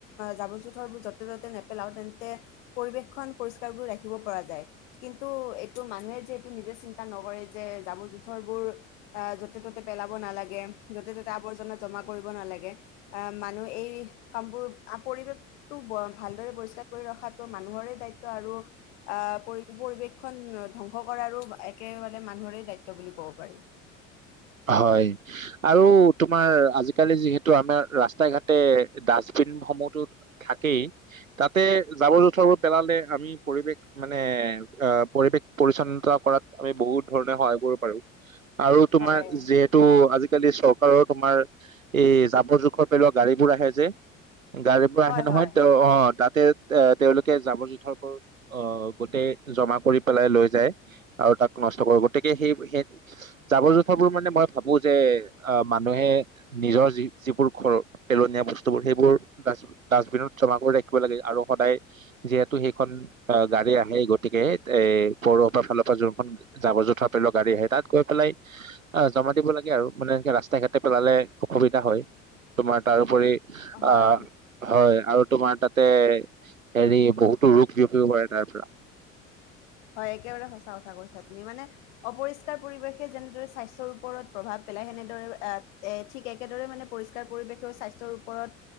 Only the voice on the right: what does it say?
হয় আৰু তোমাৰ আজিকালি যিহেতু আমাৰ ৰাস্তাই ঘাটে দাচ চিণ সমূহতোত থাকেই তাতে জাবৰ- জোথৰত পেলালে আমি পৰিৱেশ মানে আহ পৰিৱেশ পৰিচ্ছন্নতা কৰাত আমি বহুত ধৰণে সহায় কৰিব পাৰো। আৰু তোমাৰ
যিহেতু আজি আজিকালি চৰকাৰৰ তোমাৰ এই জাবৰ জোখৰ পেলোৱা গাড়ীবোৰ আহে যে? গাড়ীবোৰ
আহে নহয়
তে অ তাত তেত এ তেওঁলোকে জাবৰ - জোথৰবোৰ আহ গোটেই জমা কৰি পেলাই লৈ যায় আৰু তাক নষ্ট কৰিব গতিকে সেই সেই জাবৰ -জো মানে মই ভাবো যে আহ মানুহে নিজৰ যি যিবোৰ ঘৰ পেলনীয়া বস্তুবোৰ সেইবোৰ ডাছ ডাষ্টবিনত জমা কৰি ৰাখিব লাগে আৰু সদায় যিহেতু সেইখন গাড়ী আহে গতিকে এত এই পৌৰসভাৰ ফালৰ পৰা যোনখন জাবৰ - জোথৰ পেলোৱা গাড়ী আহে তাত গৈ পেলাই অ জমা দিব লাগে আৰু মানে এনেকে ৰাস্তাই ঘাটে পেলালে অসুবিধা হয়, তোমাৰ তাৰোপৰি
অ হয় আৰু তোমাৰ তাতে হেৰি বহুতো ৰোগ বিয়পিব পাৰে তাৰ পৰা।